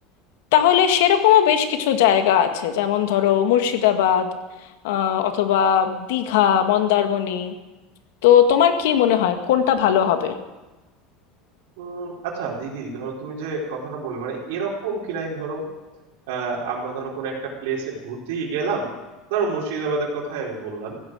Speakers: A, on the left; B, on the right.
A: তাহলে সেরকমও বেশ কিছু জায়গা আছে যেমন ধরো মুর্শিদাবাদ আহ, অথবা দীঘা মন্দারমণি তো তোমার কি মনে হয় কোনটা ভালো হবে
B: উম, আচ্ছা দিদি ধরো তুমি যে কথাটা বললে মানে এরকম কিনাই ধরো আহ, আমরা ধরো কোনো একটা প্লেসে ঘুরতেই গেলাম ধরো মুর্শিদাবাদের কথাই আমি বললাম